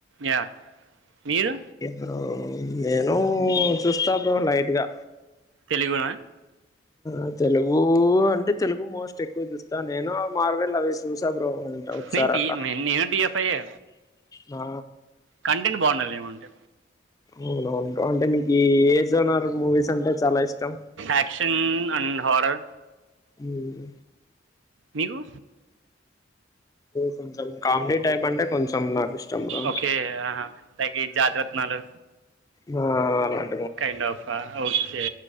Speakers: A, on the right; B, on the left.
A: యా మీరు
B: ఒకే బ్రో నేను చూస్తా బ్రో లైట్గా
A: తెలుగునా
B: ఆ తెలుగు అంటే తెలుగు మోస్ట్ ఎక్కువ చూస్తా నేను మార్వెలు అవే చూసా బ్రో అంట ఒకసారి
A: నేను పి
B: అట్లా
A: మెన్ నేను టి ఎఫ్ఐ యే
B: ఆ
A: కంటెంట్ బాగుండాలి ఏమంటే
B: ఇందులో ఉంటా అంటే మీకు ఈ ఏజోన్ ఆర్ మూవీస్ అంటే చాలా ఇష్టం
A: యాక్షన్ అండ్ హారర్
B: ఉమ్
A: మీకు
B: కొంచెం కామెడీ టైప్ అంటే కొంచెం నాకు ఇష్టం బ్రో
A: ఓకే లైక్ ఈ జాతీరత్నాలు
B: నా అలాన్
A: కైండ్ ఆఫ్ ఓకే